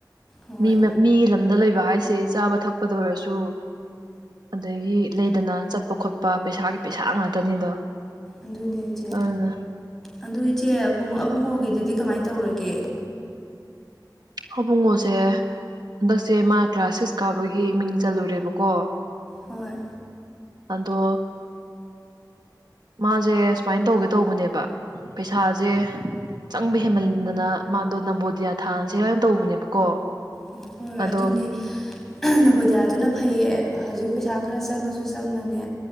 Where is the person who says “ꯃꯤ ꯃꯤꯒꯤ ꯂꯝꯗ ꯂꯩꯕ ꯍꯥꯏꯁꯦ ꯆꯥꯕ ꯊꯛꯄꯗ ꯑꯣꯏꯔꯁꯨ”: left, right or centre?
Right